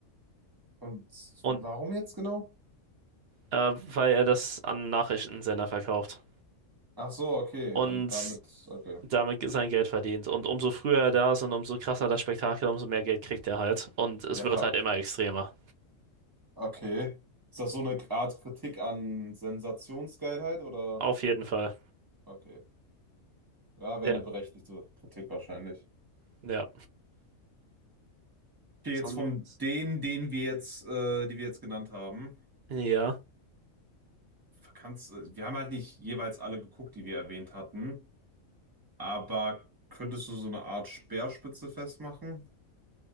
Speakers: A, on the right; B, on the right.
A: Und
B: Und
A: warum jetzt genau?
B: äh, weil er das an Nachrichtensender verkauft
A: Ach so, okay.
B: und
A: Und damit, okay.
B: damit sein Geld verdient. Und umso früher er da ist und umso krasser das Spektakel, umso mehr Geld kriegt er halt. Und es
A: Ja,
B: wird
A: klar.
B: halt immer extremer.
A: Okay. Ist das so eine Art Kritik an Sensationsgeilheit oder?
B: Auf jeden Fall.
A: Okay. Ja, wäre
B: Ja,
A: eine berechtigte Kritik wahrscheinlich.
B: ja.
A: Okay,
B: Sonst,
A: jetzt von denen, denen wir jetzt, äh, die wir jetzt genannt haben,
B: ja.
A: kannst, äh, wir haben halt nicht jeweils alle geguckt, die wir erwähnt hatten, aber könntest du so eine Art Speerspitze festmachen?